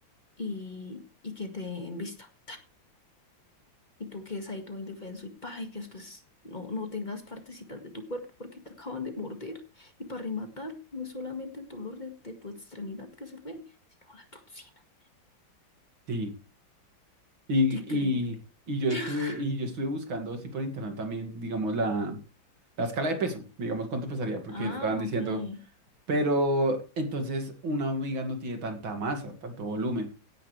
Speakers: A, on the left; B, on the right.
A: y, y que te en vista. y tú quedes ahí todo indefenso y pa, y que después no, no tengas partecitas de tu cuerpo porque te acaban de morder. Y para rematar, no es solamente el dolor de, de tu extremidad que se fue, sino la toxina.
B: sí. Y,
A: Increíble.
B: y, y yo
A: <laughs>
B: estuve, y yo estuve buscando así por internet también, digamos, la, la escala de peso, digamos cuánto pesaría, porque
A: Ah,
B: estaban diciendo,
A: ok. O
B: pero entonces una hormiga no tiene tanta masa, tanto volumen,